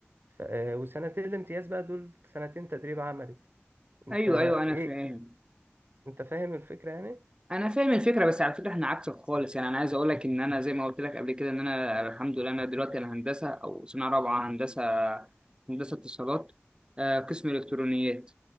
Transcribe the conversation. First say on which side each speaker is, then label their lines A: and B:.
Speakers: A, on the right; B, on the right.
A: ف- آه، وسنتين الامتياز بقى دول سنتين تدريب عملي انت
B: ايوه ايوه انا
A: ايه
B: فاهم
A: انت فاهم الفكره يعني
B: انا فاهم الفكره بس على فكره احنا عكسك خالص يعني انا عايز اقول لك ان انا زي ما قلت لك قبل كده ان انا الحمد لله انا دلوقتي انا هندسه او سنه رابعه هندسه هندسه اتصالات آه، قسم الكترونيات